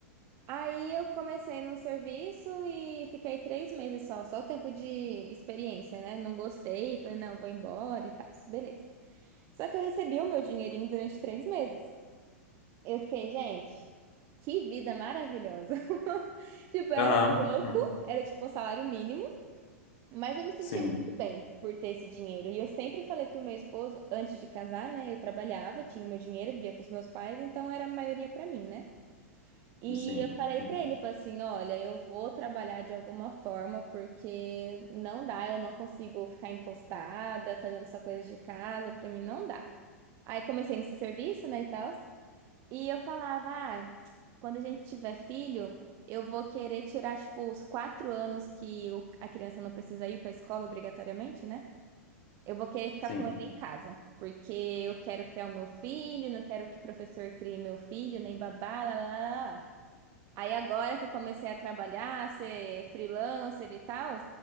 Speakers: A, on the right; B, on the left.
A: Aí eu comecei num serviço e fiquei três meses só, só o tempo de experiência, né? Não gostei, falei, não, vou embora e tal, beleza. Só que eu recebi o meu dinheirinho durante três meses. Eu fiquei, gente, que vida maravilhosa. <laughs> Tipo, era
B: Aham.
A: pouco,
B: Hum.
A: era tipo um salário mínimo. Mas eu me sentia
B: Sim,
A: muito bem por ter esse dinheiro. E eu sempre falei pro meu esposo, antes de casar, né? Eu trabalhava, tinha o meu dinheiro, vivia com os meus pais, então era a maioria pra mim, né? E
B: sim,
A: eu falei
B: Hum.
A: pra ele, eu falei assim, olha, eu vou trabalhar de alguma forma, porque não dá, eu não consigo ficar encostada, fazendo só coisas de casa, pra mim não dá. Aí comecei nesse serviço, né, e tal. E eu falava, ah, quando a gente tiver filho, eu vou querer tirar, tipo, os quatro anos que o- a criança não precisa ir para a escola obrigatoriamente, né? Eu vou querer ficar
B: sim.
A: com ele em casa, porque eu quero criar o meu filho, não quero que o professor crie meu filho, nem babá, lá, lá, lá, lá. lá. Aí agora que eu comecei a trabalhar, ser freelancer e tal,